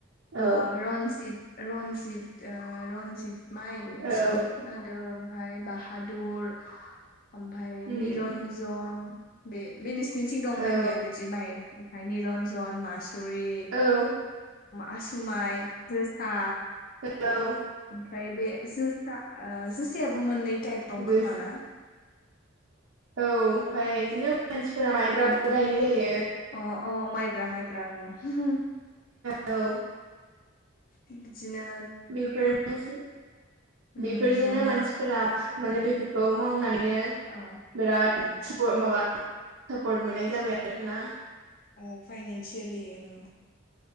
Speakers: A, on the left; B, on the right.
A: आ
B: औ
A: रनजित, रन्जित ओ रन्जित माइ बिदि
B: औ
A: खोनादो ओमफाय बाहादुर ओमफ्राय
B: उम
A: निरन जन बे बे नोंसनिथि दंना
B: औ
A: गैया बिदि माइ फाय निरन्जन, मासुरिु,
B: औ
A: आसु माइ, जो हा
B: हेलौ!
A: ओमफ्राय बे जोसा आ जोसायाबो मोननै टाइप दं खोम
B: औ
A: ना?
B: औ ओमफ्राय बिदिनो मानसिफोरा माइब्राबो गायनाय जायो।
A: अ अ माइब्रा माइब्रा ओं।
B: औ
A: बिदिनो
B: बेफोरनोसै
A: उम
B: बेफोरजोंनो
A: दाना
B: मानसिफोरा माने बेफोर खौ मावनानैनो
A: ओ
B: बिराद
A: उम
B: सा माबा सापर्ट मोननाय जाबाय आरोना।
A: अ फायनेनसियेलि ओम